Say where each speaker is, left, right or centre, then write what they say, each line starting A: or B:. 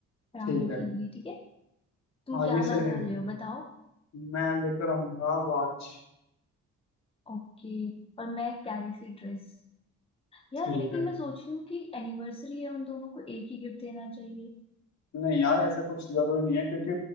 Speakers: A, on the left (about 20°); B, on the left (about 60°).
A: राहुल
B: ठीक है
A: के लिए ठीक है तुम
B: हाँ
A: क्या
B: ये सही
A: लाने
B: रहेगा
A: वाले हो बताओ
B: मैं लेकर आऊंगा वॉच
A: ओके और मैं एक प्यारी सी ड्रेस यार
B: ठीक
A: लेकिन
B: है
A: मैं सोच रही हूँ कि एनिवर्सरी है उन दोनों को एक ही गिफ्ट देना चाहिए
B: नहीं यार ऐसा कुछ जरूरी नहीं है क्योंकि